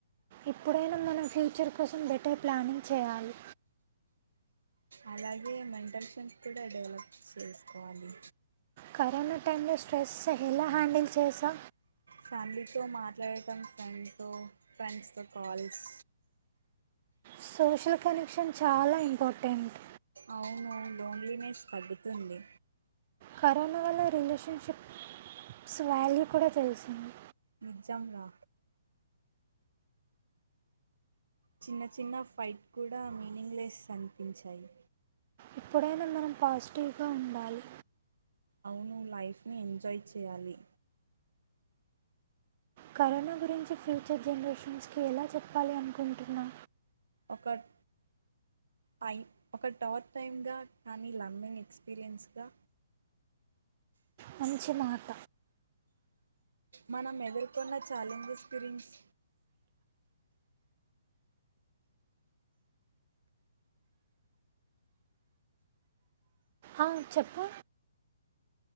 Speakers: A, on the right; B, on the right.
A: ఎప్పుడైనా మనం ఫ్యూచర్ కోసం బెటర్ ప్లానింగ్ చేయాలి
B: అలాగే మెంటల్ స్ట్రెంతస్ కూడా డెవలప్ చేసుకోవాలి
A: కరోనా టైంలో స్ట్రెస్ ఎలా హ్యాండిల్ చేసా
B: ఫ్యామిలీతో మాట్లాడటం ఫ్రెండ్తో ఫ్రెండ్స్తో కాల్స్
A: సోషల్ కనెక్షన్ చాలా ఇంపార్టెంట్
B: అవును లోన్లీ నేస్ తగ్గుతుంది
A: కరోనా వల్ల రిలేషన్షిప్స్ శావాల్యూ కూడా తెలిసింది
B: నిజం రా చిన్న చిన్న ఫైట్ కూడా మీనింగ్లెస్ అనిపించాయి
A: ఎప్పుడైనా మనం పాజిటివ్గా ఉండాలి
B: అవును లైఫ్ ని ఎంజాయ్ చేయాలి
A: కరోనా గురించి ఫ్యూచర్ జనరేషన్స్కి ఎలా చెప్పాలి అనుకుంటున్నా
B: ఒకరు టై ఒక టోత్ టైమ్గా కానీ లర్నింగ్ ఎక్స్పీరియన్స్గా
A: మంచి మాట
B: మనం ఎదుర్కొన్న ఛాలెంజె ఫిరింగ్స్
A: అ చెప్పు